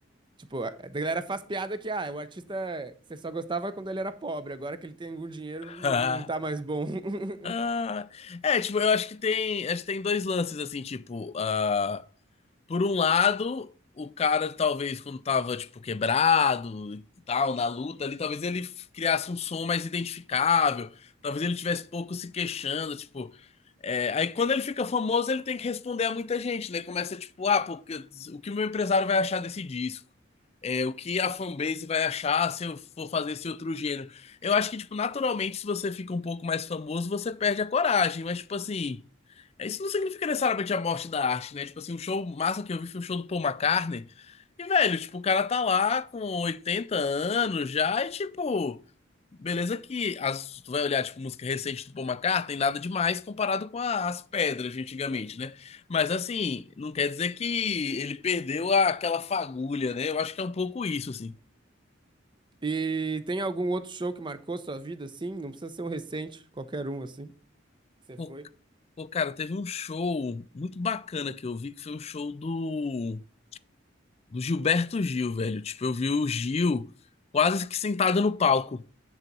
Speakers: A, on the right; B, on the left.
A: Tipo, a a galera faz piada que, ah, o artista você só gostava quando ele era pobre, agora que ele tem algum dinheiro, n-
B: Ah,
A: não tá mais bom. <laughs>
B: ah. é, tipo, eu acho que tem, acho que tem dois lances, assim, tipo, ah, por um lado, o cara talvez quando tava, tipo, quebrado e tal, na luta ali, talvez ele f- criasse um som mais identificável, talvez ele tivesse pouco se queixando, tipo. É, aí quando ele fica famoso, ele tem que responder a muita gente, né? Começa tipo, ah, porque, o que o meu empresário vai achar desse disco? É, o que a fanbase vai achar se eu for fazer esse outro gênero? Eu acho que, tipo, naturalmente, se você fica um pouco mais famoso, você perde a coragem, mas, tipo assim, isso não significa necessariamente a morte da arte, né? Tipo assim, o show massa que eu vi foi o show do Paul McCartney. E, velho, tipo, o cara tá lá com 80 anos já e, tipo, beleza que as, tu vai olhar, tipo, música recente do Paul McCartney, nada demais comparado com a- as pedras de antigamente, né? Mas, assim, não quer dizer que ele perdeu a- aquela fagulha, né? Eu acho que é um pouco isso, assim.
A: E tem algum outro show que marcou sua vida, assim? Não precisa ser um recente, qualquer um, assim. que Você
B: Pô,
A: foi?
B: pô, cara, teve um show muito bacana que eu vi, que foi o show do do Gilberto Gil, velho. Tipo, eu vi o Gil quase que sentado no palco.